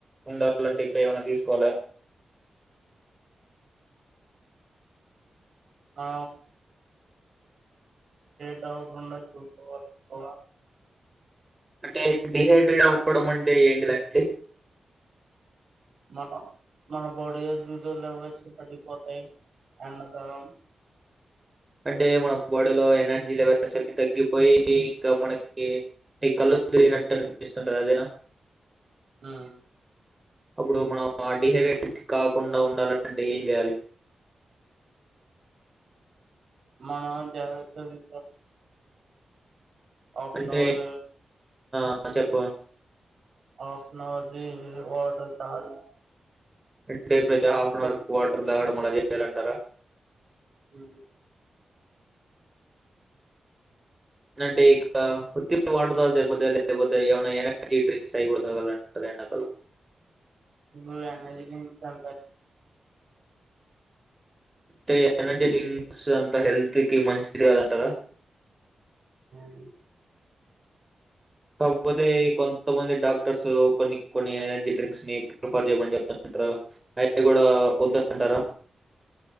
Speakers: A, on the right; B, on the right.
A: ఉండాలంటే ఇంకా ఏమనా తీసుకోవాలి
B: ఆ డట్ అవుట్ ఉండ చూకోవాలి ఎవా
A: అంటే డిసైడెడ్ అవ్వడం అంటే ఏంటిదండి
B: మన మన బాడీ జుదువ లెవల్స్ పరిగిపోతాయి ఎండ దగం
A: అంటే మన బాడీలో ఎనర్జీ లెవెల్స్ అన్ని తగ్గిపోయి ఇంకా మనకి న కళ్ళు తిరిగినట్టు అనిపిస్తుంటంది అదేనా
B: అ
A: అప్పుడు మనం ఆ డిహైడ్రేట్ కాకుండా ఉండాలంటే ఏం చేయాలి
B: మనం జాగ్రత్త తీ ఆఫ్నజ
A: అంటే ఆ చెప్పు
B: ఆఫనాది వాటర్ తాగాలి
A: అంటే ప్రతి half an
B: but
A: hour quarter తాగడం అలా చేయాలంటారా
B: అవు
A: నండి ఇక ఉ వాట ద దర్పోతే ఎవన ఎనర్జీ డ్రింక్స్ ఆయిడ అంట <unintelligible> ఎండకలం
B: ఇ ఎనజ ఇస <unintelligible>
A: అంటే ఎనర్జీ డ్రింక్స్ అంత హెల్త్ కి మంచిది కదంటారా
B: అవును
A: కాకపోతే కొంతమంది డాక్టర్స్ కొన్ని కొన్ని ఎనర్జీ డ్రింక్స్ ని ప్రిఫర్ చేయమని చెప్త అంట్రు ఆయన కూడా వద్ద అంటారా